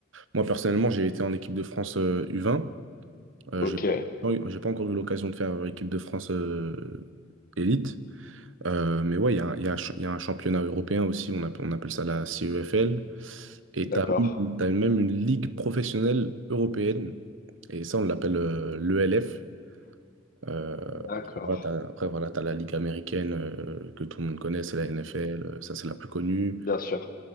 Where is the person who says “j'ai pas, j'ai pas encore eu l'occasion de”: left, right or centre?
Right